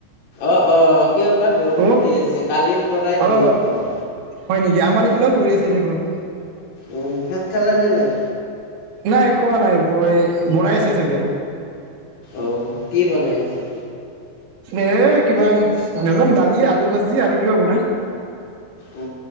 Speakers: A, on the left; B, on the right.
A: অ অ কিয় বা বৰষুণ
B: অ
A: দি আছে কালিৰ পৰাই
B: অ
A: বৰষুণ।
B: হয় নেকি আমাৰ ইফালেও পৰি আছে দেখোন
A: উম ভাত খালা নে নাই?
B: নাই খোৱা নাই বই বনাই আছে চাগে!
A: অ। কি বনাই আছে।
B: এ কিবা নেজানো দালি আলু ভাজি আৰু কিবা বনাই।
A: উ